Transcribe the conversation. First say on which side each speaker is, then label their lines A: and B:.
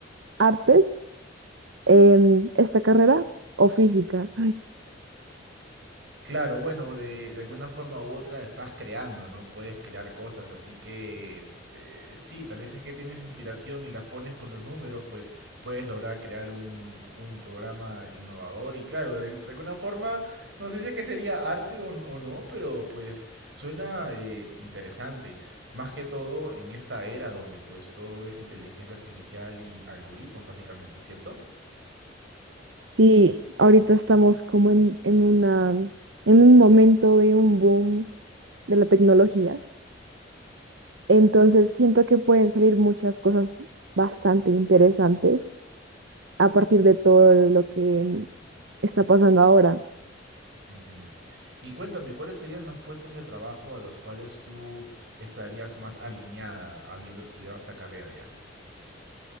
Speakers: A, on the right; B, on the right.
A: artes, em, esta carrera o física.
B: Claro, bueno, de, de alguna forma u otra estás creando, ¿no? Puedes crear cosas, así que eh, sí, tal vez es que tienes inspiración y las pones con los números, pues puedes lograr crear un, un programa innovador y claro, de, de alguna forma, no sé si es que sería arte o, n- o no, pero pues suena eh, interesante. Más que todo en esta era donde pues todo es inteligencia artificial y algoritmos, básicamente, ¿cierto?
A: Sí, ahorita estamos como en, en una, en un momento de un boom de la tecnología. Entonces siento que pueden salir muchas cosas bastante interesantes a partir de todo lo que mm, está pasando ahora.
B: Ujú. Y cuéntame, ¿cuáles serían los puestos de trabajo a los cuales tú estarías más alineada habiendo estudiado esta carrera ya?